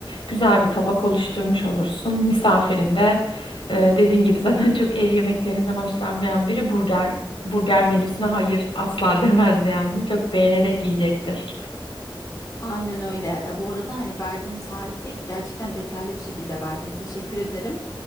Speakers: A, on the left; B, on the left.
A: Güzel bir tabak oluşturmuş olursun. Misafirin de e, dediğin gibi zaten çok ev yemeklerinden hoşlanmayan biri burger burger menüsüne hayır asla <laughs> demez yani. Çok beğenerek yiyecektir.
B: Aynen öyle. E, bu arada hani verdiğin tarifi gerçekten detaylı bir şekilde verdin. Teşekkür ederim.